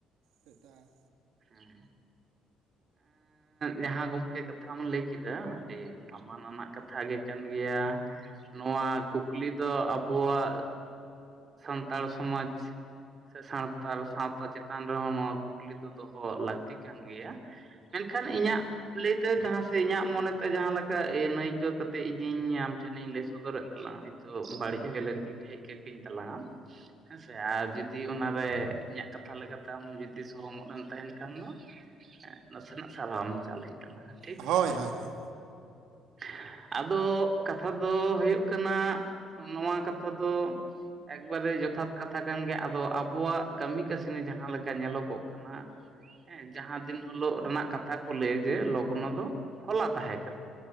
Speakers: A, on the right; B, on the right.
A: <unintelligible>
B: ᱦᱮᱸ ᱡᱟᱦᱟᱸ ᱜᱚᱝᱠᱮ ᱠᱟᱛᱷᱟᱢ ᱞᱟᱹᱭ ᱠᱮᱫ ᱠᱮᱫᱟ ᱟᱹᱰᱤ ᱫᱟᱢᱟᱱᱟᱱᱟᱜ ᱠᱟᱛᱷᱟ ᱜᱮ ᱠᱟᱱ ᱜᱮᱭᱟ ᱱᱚᱣᱟ ᱠᱩᱠ ᱠᱩᱠᱞᱤ ᱫᱚ ᱟᱵᱚᱣᱟᱜ ᱥᱟᱱᱛᱟᱲ ᱥᱚᱢᱟᱡᱽ ᱥᱮ ᱥᱟᱱᱛᱟᱲ ᱥᱟᱶᱛᱟ ᱪᱮᱛᱟᱱ ᱨᱮᱦᱚᱸ ᱱᱚᱣᱟ ᱠᱩᱠᱞᱤ ᱫᱚ ᱫᱚᱦᱚ ᱞᱟᱹᱠᱛᱤ ᱠᱟᱱ ᱜᱮᱭᱟ ᱢᱮᱱᱠᱷᱟᱱ ᱤᱧᱟᱹᱜ ᱞᱟᱹᱭᱛᱮ ᱡᱟᱦᱟᱸ ᱥᱮ ᱤᱧᱟᱹᱜ ᱢᱚᱱᱮᱛᱮ ᱡᱟᱦᱟᱸ ᱞᱮᱠᱟ ᱟᱹᱱᱟᱹᱭᱠᱟᱹᱣ ᱠᱟᱛᱮ ᱤᱧᱤᱧ ᱟᱢ ᱴᱷᱮᱱᱤᱧ ᱞᱟᱹᱭ ᱥᱚᱫᱚᱨᱮᱫ ᱛᱟᱞᱟᱝ-ᱟ ᱛᱚ ᱵᱟᱹᱲᱤᱡ ᱦᱩᱭ ᱞᱮᱱ ᱛᱤᱧ ᱠᱷᱟᱡ ᱠᱤᱧ ᱛᱟᱞᱟᱝᱟᱢ ᱦᱮᱸᱥᱮ ᱟᱨ ᱡᱩᱫᱤ ᱚᱱᱟᱨᱮ ᱤᱧᱟᱹᱜ ᱠᱟᱛᱷᱟ ᱞᱮᱠᱟᱛᱮ ᱟᱢ ᱡᱩᱫᱤ ᱥᱚᱦᱚᱢᱚᱜ ᱮᱢ ᱛᱟᱦᱮᱸᱱ ᱠᱷᱟᱱ ᱫᱚ ᱱᱟᱥᱮᱱᱟᱜ ᱥᱟᱨᱦᱟᱣᱢ ᱪᱟᱞ ᱟᱹᱧ ᱛᱟᱞᱟᱝ-ᱟ ᱴᱷᱤᱠ
A: ᱦᱳᱭ
B: ᱥᱮ
A: ᱦᱳᱭ ᱦᱳᱭ
B: <inaudible> ᱟᱫᱚ ᱠᱟᱛᱷᱟ ᱫᱚ ᱦᱳᱭᱳᱜ ᱠᱟᱱᱟ ᱱᱚᱣᱟ ᱠᱟᱛᱷᱟ ᱫᱚ ᱮᱠ ᱵᱟᱨᱮ ᱡᱚᱛᱷᱟᱛ ᱠᱟᱛᱷᱟ ᱠᱟᱱ ᱜᱮᱭᱟ ᱟᱫᱚ ᱟᱵᱚᱣᱟᱜ ᱠᱟᱹᱢᱤ ᱠᱟᱹᱥᱱᱤ ᱡᱟᱸᱦᱟ ᱞᱮᱠᱟ ᱧᱮᱞᱚᱜ ᱜᱚᱜ ᱠᱟᱱᱟ ᱦᱮᱸ ᱡᱟᱦᱟᱸ ᱫᱤᱱ ᱦᱤᱞᱳᱜ ᱨᱮᱱᱟᱜ ᱠᱟᱛᱷᱟ ᱠᱚ ᱞᱟᱹᱭᱟ ᱡᱮ ᱞᱚᱜᱱᱚ ᱫᱚ ᱦᱚᱞᱟ ᱛᱟᱦᱮᱸ ᱠᱟᱱᱟ